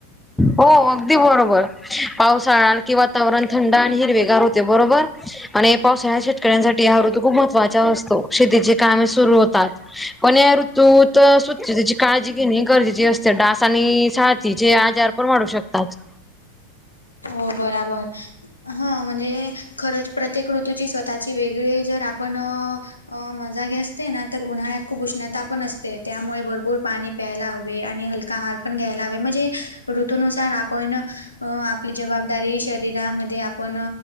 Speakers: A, in the centre; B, on the left (about 80°).
A: हो अगदी बरोबर पावसाळा कि वातावरण थंड आणि हिरवेगार होते बरोबर आणि पावसाळ्यात शेतकऱ्यांसाठी हा ऋतू खूप महत्त्वाचा असतो. शेतीचे काम सुरू होतात. पण या ऋतूत स्वच्छतेची काळजी घेणे गरजेची असते डास आणि साथीचे आजार. <unintelligible> वाढू शकतात
B: हो बराबर <inaudible> हा म्हणजे खरंच प्रत्येक ऋतूची स्वतःची वेगळी जर आपण. अ मजा घेत असते, ना तर उन्हाळ्यात खूप उष्णता पण असते, त्यामुळे भरपूर पाणी. प्यायला हवे आणि हलका आहार पण घ्यायला, ह म्हणजे ऋतनुसार आपण आपली जबाबदारी शरीरामध्ये आप आपण